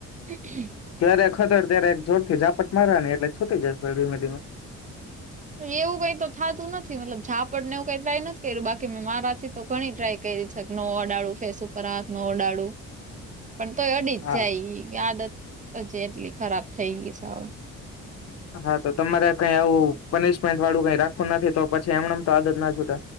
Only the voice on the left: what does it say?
જય્યારે ખતર ત્યારે એક જોર થી ઝાપટ મારવા ની એટલે છૂટી જશે, ધીમે-ધીમે.
હા
હા તો તમારે કઈ આવું પનિશમેન્ટ વાળું કઈ રાખવું નથી તો પછી એમનેમ તો આદત ના છુટે.